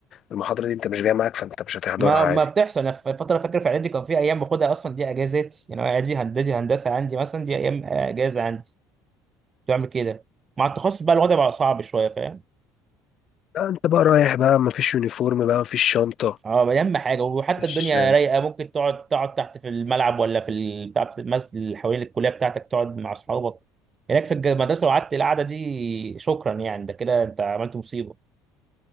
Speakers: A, on the left; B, on the right.
A: المحاضره دي انت مش جايه معاك فانت مش هتحضرها
B: ما
A: عادي
B: ما بتحصل انا في فترة فاكر في اعدادي كان في ايام باخدها اصلا دي اجازات يعني أنا اعدادي هندسة هندسة عندي مثلا دي ايام اجازة عندي كنت بعمل كده مع التخصص بقى الوضع بقى صعب شوية فاهم؟
A: لا انت بقى رايح بقى مفيش يونيفورم بقى مفيش شنطه
B: اه اهم حاجه وحتى
A: مفيش
B: الدنيا رايقه ممكن تقعد تقعد تحت في الملعب ولا في ال- بتاع في المسجد اللي حوالين الكليه بتاعتك تقعد مع اصحابك هناك في الج- المدرسه وقعدت القعده دي شكرا يعني ده كده انت عملت مصيبه